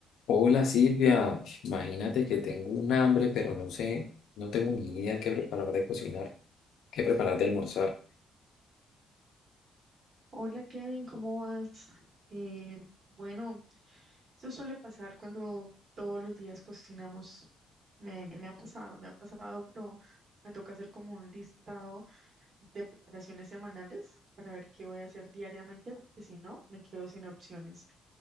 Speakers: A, on the left; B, on the right.
A: Hola Silvia, imagínate que tengo un hambre, pero no sé, no tengo ni idea qué preparar de cocinar, qué preparar de almorzar.
B: Hola Kevin, ¿cómo vas? Eh, bueno, eso suele pasar cuando todos los días cocinamos. Me, me ha pasado, me ha pasado, pero me toca hacer como un listado de preparaciones semanales para ver qué voy a hacer diariamente, porque si no, me quedo sin opciones.